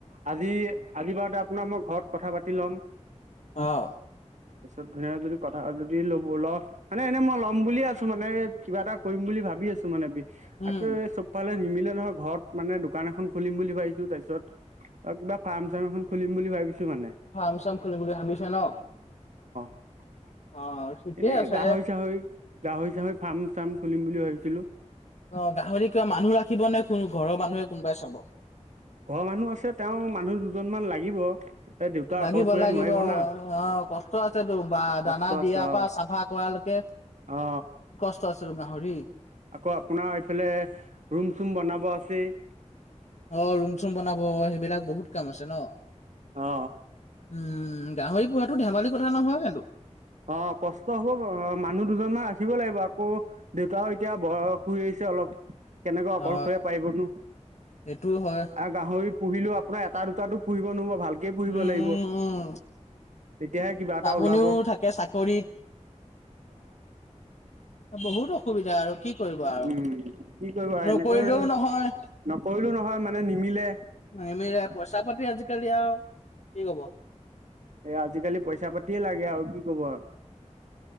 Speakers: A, on the right; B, on the left.
A: আজি আজি বাৰতে আপোনাৰ মই ঘৰত কথা পাতি লম।
B: অ।
A: তাৰপিছত ধুনিয়া যদি কথা যদি ল'ব ল মানে এনেই মই ল'ম বুলিয়ে আছো মানে কিবা এটা কৰিম বুলি। ভাবি আছো মানে।
B: উম,
A: আক চবফালে নিমিলে নহয় ঘৰত মানে দোকান এখন খুলিম বুলি ভাবিছো। তাৰ পিছত আৰু কিবা ফাৰ্ম চাৰ্ম এখন খুলিম বুলি ভাবিছো। মানে
B: ফাৰ্ম চাৰ্ম খুলিম বুলি ভাবিছে ন?
A: <unintelligible>
B: অ', ঠিকে
A: এনেই
B: আছে।
A: গাহৰি চাহৰি, গাহৰি চাহৰি ফাৰ্ম চাৰ্ম খুলিম বুলি ভাবিছিলোঁ।
B: অ গাহৰি কিবা মানুহ ৰাখিব নে কোন ঘৰৰ মানুহে কোনোবাই চাব?
A: ঘৰৰ মানুহ আছে তেওঁ মানুহ দুজন মান লাগিব। এই দেউতা
B: লাগিব
A: অকলশৰীয়া
B: লাগিব
A: নোৱাৰিব না
B: অ কষ্ট আছেতো। বা
A: কষ্ট
B: দানা
A: আছে
B: দিয়াৰ
A: অ
B: পৰা চাফা কৰা লৈকে।
A: অ।
B: কষ্ট আছে টো গাহৰি।
A: আকৌ আপোনাৰ এইফালে ৰুম চুম বনাব আছেই।
B: অ ৰুম চুম বনাব সেইবিলাক বহুত কাম আছে ন।
A: অ
B: উম গাহৰি পোহাটো ধেমালি কথা নহয় কিন্তু।
A: অ কষ্ট হব বা মানুহ দুজন মান ৰাখিব লাগিব। আকৌ দেউতাও এতিয়া বয়স হৈ আহিছে অলপ কেনেকৈ অকলশৰে
B: অ
A: পাৰিবনো।
B: সেইটোও হয়
A: আৰু গাহৰি পুহিলেও আপোনাৰ এটা দুটাতো পুহিব নহব ভালকে পুহিব
B: উম
A: লাগিব।
B: উম উম
A: তেতিয়াহে কিবা এটা
B: আপুনিও
A: ওলাব অ
B: থাকে চাকৰিত। বহুত অসুবিধা আৰু কি কৰিব আৰু
A: উম। কি কৰিবা
B: নকৰিলেও
A: এনেকৈ
B: নহয়
A: নকৰিলো নহয় মানে নিমিলে।
B: নিমিলে পইচা পাতি আজিকালি আও কি কব।
A: এ আজিকালি পইচা পাতিয়ে লাগে আৰু কি কব আৰু।